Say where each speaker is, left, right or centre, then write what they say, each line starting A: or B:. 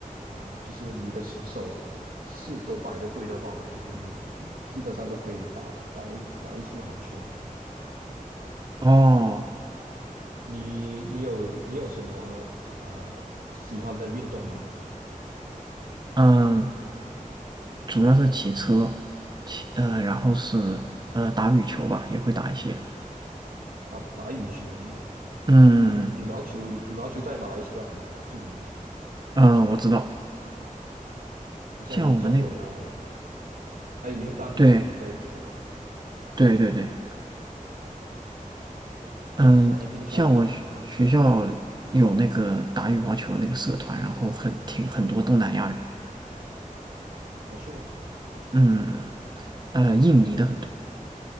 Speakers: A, on the right (about 85°); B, on the right (about 30°).
A: 啊、呃就是你的手势都摆的对的话，其实你你基本上都可以打打一打一出好球了。
B: 哦，
A: 你你有你有什么呃喜欢的运动吗？
B: 嗯，主要是骑车，骑呃然后是呃打羽球吧，也会打一些。
A: 啊，打羽球啊，
B: 嗯
A: 羽羽毛球羽毛球在马来西亚很很著名，
B: 嗯，呃我知道，
A: 好像李宗伟啊，
B: 像我们那
A: 还有林丹你，
B: 对
A: 你应该也知道吧？
B: 对对对。嗯，
A: 那你平常？
B: 像我学学校有那个打羽毛球那个社团，
A: 呃？
B: 然后很挺很多东南亚人，
A: 哦，是吗？
B: 嗯，呃，印尼的很多，